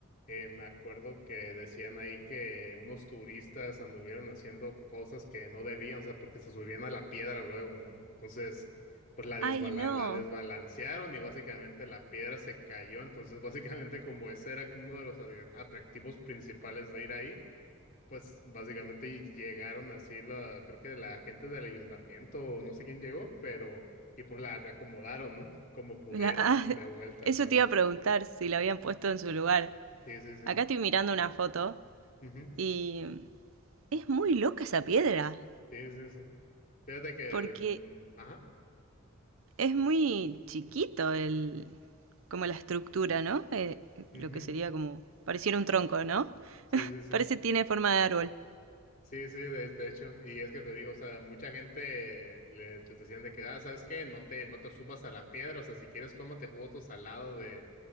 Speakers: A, on the left; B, on the right.
A: eh, me acuerdo que decían ahí que unos turistas anduvieron haciendo cosas que no debían, o sea, porque se subían a la piedra luego, ¿no? Entonces, pues la desbala-
B: Ay, no.
A: la desbalancearon y básicamente la piedra se cayó. Entonces, <laughs> básicamente como ese era uno de los atractivos principales de ir ahí pues básicamente llegaron así la, creo que la gente del ayuntamiento o no sé quién llegó, pero y pues la reacomodaron, ¿no? Como pudieron
B: La- <laughs> ah,
A: de vuelta
B: eso
A: para.
B: te iba a preguntar si la habían puesto en su lugar.
A: Sí, sí, sí.
B: Acá estoy mirando una foto
A: Ujú.
B: y es muy loca esa piedra,
A: Sí, sí, sí. Fíjate que,
B: porque
A: mm, ajá.
B: es muy chiquito el, como la estructura, ¿no? Eh,
A: Ujú.
B: lo que sería como, pareciera un tronco, ¿no?
A: Sí, sí, sí.
B: Parece tiene forma de árbol.
A: Sí, sí, de, de hecho, y es que te digo, o sea, mucha gente le les decían de que, ah, ¿sabes qué? No te, no te subas a la piedra, o sea, si quieres tómate fotos al lado de,